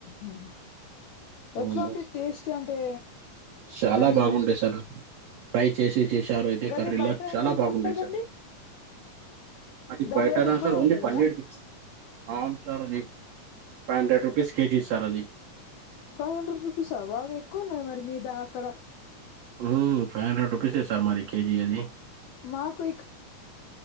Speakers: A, on the left; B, on the right.
A: ఆహ ఎట్లా
B: ఉమ్,
A: ఉంటే టేస్ట్ అంటే
B: చాలా
A: దాని
B: బాగుండే సార్ ఫ్రై చేసి చేశారు అయితే
A: గది
B: కర్రీలో
A: బయట
B: చాలా
A: ఎంతలో
B: బాగుండే
A: దొరుకుతదండి
B: సార్ అది
A: దాని
B: బైయిటనా
A: రేట్ ఎక్కువనే
B: సార్ ఓన్లీ
A: ఉంటది
B: పన్నిడు
A: కదా
B: అవును సార్ అది five hundred rupees KG sir అది
A: ఫైవ్ హండ్రెడ్ రూపీసా బాగా ఎక్కువ ఉన్నది మరి మీద అక్కడ
B: ఉమ్ ఫైవ్ హండ్రెడ్ రుపీస్ సార్ మరి కేజీ అది
A: మాకు